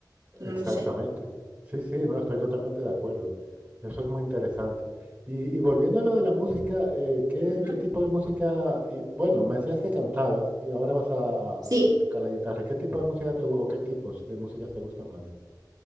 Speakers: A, on the right (about 60°); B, on the right (about 20°).
A: No
B: Exactamente.
A: lo sé.
B: Sí, sí, no, estoy totalmente de acuerdo. Eso es muy interesante. Y, y volviendo a lo de la música, eh, ¿qué,
A: Ujú.
B: qué tipo de música? y, bueno, me decías que cantabas y ahora vas a, a-
A: Sí,
B: a tocar la guitarra. ¿Qué tipo de música te, gu- o qué tipos de músicas te gustan más?